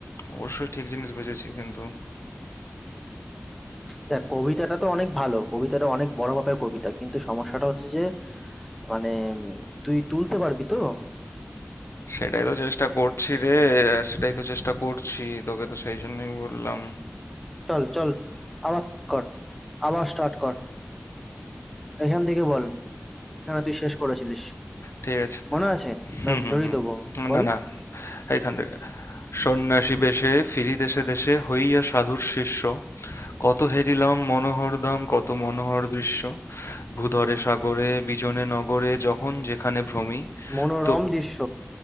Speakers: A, on the left; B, in the centre.
A: অবশ্যই ঠিক জিনিস বেঁচেছি কিন্তু
B: দেখ কবিতাটা তো অনেক ভালো কবিতাটা অনেক বড় মাপের কবিতা কিন্তু সমস্যাটা হচ্ছে যে মানে উম, তুই তুলতে পারবি তো
A: সেটাই তো চেষ্টা করছি রে সেটাই তো চেষ্টা করছি তোকে তো সেই জন্যই বললাম
B: চল চল আবার কর আবার স্টার্ট কর এখান থেকে বল এখানে তুই শেষ করেছিলিস
A: ঠিক আছে
B: মনে আছে
A: হুম
B: না
A: হুম
B: ধরিয়ে
A: হুম
B: দেবো বল
A: না না এইখান থেকে সন্ন্যাসীবেশে ফিরি দেশে দেশে হইয়া সাধুর শিষ্য, কত হেরিলাম মনোহরধাম কত মনোহর দৃশ্য, ভূধরে সাগরে বিজনে নগরে যখন যেখানে ভ্রমি
B: মনোরম
A: তো
B: দৃশ্য